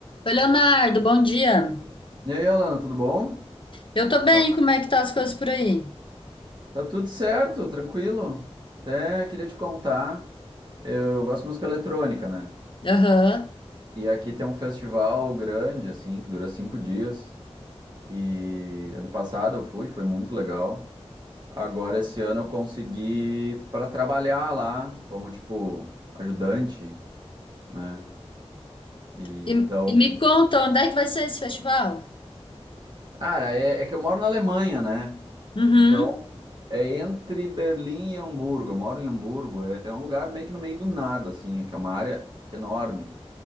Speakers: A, on the left (about 50°); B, on the right (about 45°).
A: Oi, Leonardo, bom dia.
B: E aí, Alana, tudo bom?
A: Eu
B: Como
A: tô
B: é que
A: bem,
B: tá?
A: como é que tá as coisas por aí?
B: Tá tudo certo, tranquilo. Até queria te contar, eu gosto de música eletrônica, né?
A: Aham.
B: E aqui tem um festival grande, assim, que dura cinco dias. E ano passado eu fui, foi muito legal. Agora, esse ano, eu consegui para trabalhar lá, como, tipo, ajudante, né? E
A: E,
B: então.
A: e me conta, onde é que vai ser esse festival?
B: Cara, é, é que eu moro na Alemanha, né?
A: Uhum,
B: Então É entre Berlim e Hamburgo. Eu moro em Hamburgo. É, é um lugar meio que no meio do nada, assim, que é uma área enorme.